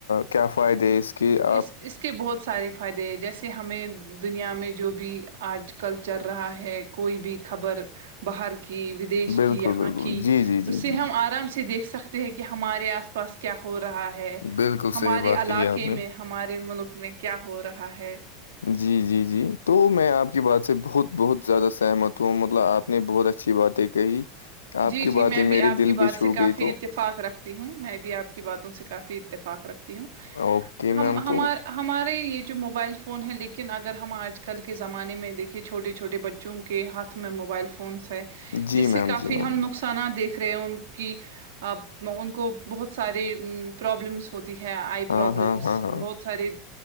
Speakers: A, on the left; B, on the right.
A: کیا فائدے اس کے آپ
B: اس اس اس کے بہت سارے فائدے ہیں جیسے ہمیں دنیا میں جو بھی آج کل چل رہا ہے کوئی بھی خبر باہر کی دیش
A: بالکل
B: کی یہاں
A: بالکل
B: کی
A: جی جی جی
B: اس سے
A: جی
B: ہم
A: جی
B: آرام سے دیکھ سکتے <unintelligible> ہیں کہ ہمارے آس پاس کیا ہو رہا ہے
A: بالکل
B: ہمارے
A: صحیح بات
B: علاقے
A: کہی آپ
B: <unintelligible>
A: نے
B: ہمارے ملک میں کیا ہو رہا ہے
A: جی جی جی تو میں آپ کی بات سے بہت بہت زیادہ سہمت ہوں مطلب آپ آپ نے بہت اچھی باتیں کہی آپ
B: جی
A: کی
B: جی
A: باتیں
B: میں بھی
A: میرری
B: آپ
A: دل
B: کی
A: بھی
B: بات
A: چھو
B: سے
A: گئی
B: کافی
A: تو
B: اتفاق رکھتی ہوں میں بھی آپ کی باتوں سے کافی اتفاق رکھتی ہوں
A: اوکے میم
B: ہم ہمار
A: تو
B: <unintelligible> ہمارے یہ جو موبائل فون ہے لیکن اگر ہم آج کل کے زمانے میں دیکھے چھوٹے چھوٹے بچوں کے ہاتھ میں موبائل فونس ہے
A: جی
B: جس
A: میم
B: سے کافی
A: جی
B: <unintelligible>
A: میم
B: نقصانات دیکھ رہے ہیں ان کی ان کو بہت سارے پرابلمس ہوتی ہے آئی
A: ہاں
B: پرابلمس
A: ہاں ہاں ہاں
B: بہت سارے